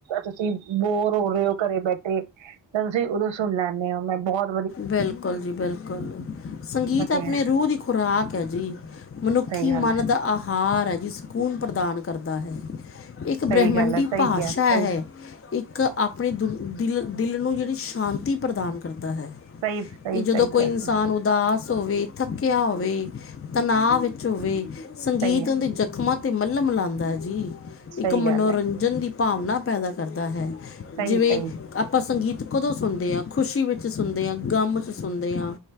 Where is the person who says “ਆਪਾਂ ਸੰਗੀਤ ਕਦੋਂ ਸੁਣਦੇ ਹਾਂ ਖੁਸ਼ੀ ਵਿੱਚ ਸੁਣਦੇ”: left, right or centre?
Left